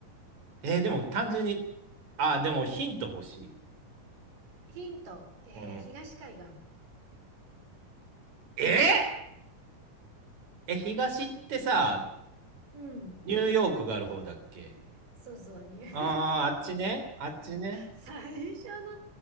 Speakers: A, on the right (about 60°); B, on the right (about 85°).
A: えーでも単純に、あー、でもヒント欲しい。
B: ヒント。えー東海岸。
A: うん。えーえ、東ってさ、
B: うん。
A: ニューヨークがある方だっけ
B: そうそうに。<laughs>
A: ああー、あっちね。あっちね。
B: 最初の、